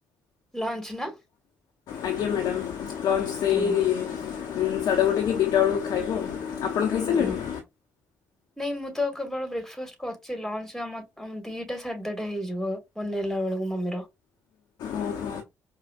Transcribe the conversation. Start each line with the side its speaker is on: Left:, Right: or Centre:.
Centre: ଲଞ୍ଚ୍ ନା?
Left: ଆଜ୍ଞା ମ୍ୟାଡାମ୍। ଲଞ୍ଚ୍ ସେଇ
Centre: ଓ
Left: ଇ-ଇ ସାଡେଗୋଟେ କି ଦିଟା ବେଳୁ ଖାଇବୁ ଆଉ। ଆପଣ ଖାଇସାରିଲେଣି?
Centre: ଓ ନାଇଁ ମୁଁ ତ କେବଳ ବ୍ରେକ୍ଫାଷ୍ଟ କରିଛି। ଲଞ୍ଚରେ ଆମର ଟ ଦିଟା ସାଢେ ଦିଟା ହେଇଯିବ ବନେଇଲା ବେଳକୁ ମମିର।
Left: ଓହୋ